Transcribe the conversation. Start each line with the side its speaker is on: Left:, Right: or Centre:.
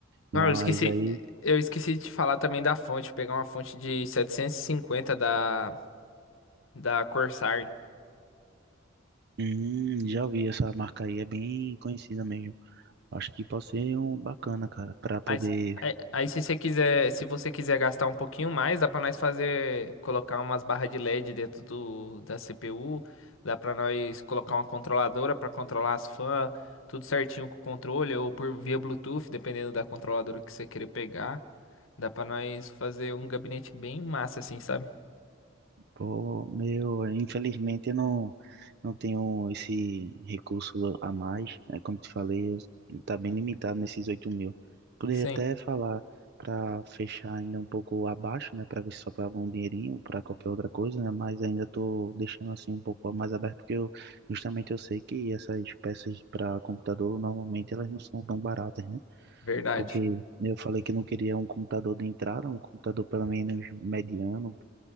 Left: Não,
Right: Mas
Left: eu esqueci,
Right: aí,
Left: eu esqueci de te falar também da fonte, pegar uma fonte de 750 da da Corsair.
Right: hum, já vi essa marca aí, é bem conhecida mesmo. Acho que pode ser um bacana, cara, para poder
Left: Aí, se- aí, aí se você quiser, se você quiser gastar um pouquinho mais, dá pra nós fazer, colocar umas barras de LED dentro do, da CPU, dá pra nós colocar uma controladora pra controlar as fãs, tudo certinho com o controle ou por via Bluetooth, dependendo da controladora que você querer pegar. Dá pra nós fazer um gabinete bem massa assim, sabe?
Right: Pô, meu, infelizmente eu não, não tenho esse recurso a mais, né? Como te falei, eu- tá bem limitado nesses 8 mil. Poderia
Left: Sim,
Right: até falar para fechar ainda um pouco abaixo, né? Para ver se sobrava um dinheirinho para qualquer outra coisa, né? Mas ainda tô deixando assim um pouco mais aberto, porque eu, justamente eu sei que essas peças para computador normalmente elas não são tão baratas, né?
Left: verdade.
Right: Porque eu falei que não queria um computador de entrada, um computador pelo menos mediano